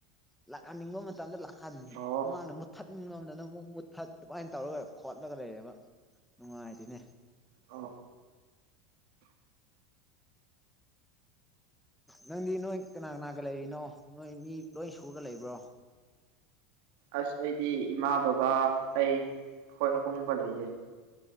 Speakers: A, in the centre; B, on the right (about 70°).
A: ꯂꯥꯛꯍꯟꯅꯤꯡꯕ ꯃꯇꯝꯗ ꯂꯥꯛꯍꯟ
B: ꯑꯣ
A: ꯃꯥꯅ ꯃꯨꯊꯠ ꯏ ꯉꯣꯝꯗꯅ ꯑꯃꯨꯛ ꯃꯨꯠꯊꯠ ꯑꯗꯨꯃꯥꯏꯅ ꯇꯧꯔꯒ ꯈꯣꯠꯂꯒ ꯂꯩꯔꯦꯕ ꯅꯨꯡꯉꯥꯏꯗꯨꯅꯦ
B: ꯑ
A: ꯅꯪꯗꯤ ꯅꯣꯏ ꯀꯅꯥ ꯀꯅꯥꯒ ꯂꯩꯔꯤꯅꯣ ꯅꯣꯏ ꯃꯤ ꯂꯣꯏ ꯁꯨꯔꯒ ꯂꯩꯕ꯭ꯔꯣ
B: ꯑꯁ ꯑꯩꯗꯤ ꯏꯃꯥ ꯕꯕꯥ ꯑꯩ ꯑꯩꯣꯏ ꯑꯍꯨꯝꯒ ꯂꯩꯌꯦꯦ